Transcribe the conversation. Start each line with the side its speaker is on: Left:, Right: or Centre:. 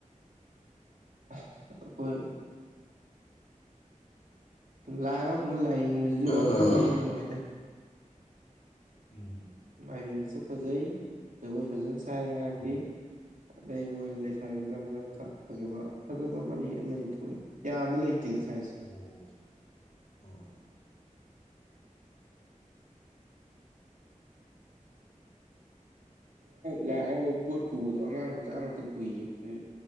Right: ꯑꯩꯈꯣꯏ ꯂꯥꯏꯑꯔꯄꯥꯎꯅ ꯂꯥꯏ ꯌꯦꯡꯕꯁꯤꯁꯨ
Left: ꯎꯝ
Right: ꯋꯥꯈꯜꯒ ꯑꯗꯨꯝ ꯅꯨꯡꯉꯥꯏꯗ
Left: ꯎꯝ
Right: ꯃꯥꯏꯕꯤ ꯃꯁꯛ ꯐꯖꯩ ꯖꯒꯣꯏ ꯐꯖꯅ ꯁꯥ ꯉꯔꯥꯡꯗꯤ
Left: ꯎꯝ
Right: ꯑꯗꯩ ꯃꯣꯏꯅ ꯂꯩꯁꯥꯕꯤ ꯃꯆꯥ ꯃꯆꯥ ꯃꯆꯥ ꯐꯖꯕ ꯐꯖꯕ ꯑꯃꯅꯤ ꯑꯃꯅꯤ ꯊꯣꯛꯂ ꯌꯥꯝꯅ ꯂꯩꯇꯦ ꯉꯁꯥꯏꯁꯦ
Left: ꯑꯣ ꯎ
Right: ꯂꯥꯏ ꯍꯔꯥꯎꯕꯩ ꯄꯣꯠ ꯄꯨꯕꯗꯣ ꯑꯉꯥꯡ ꯃ ꯆꯥꯛ ꯉꯥꯛꯇ ꯄꯨꯏꯌꯦ ꯍꯧꯖꯤ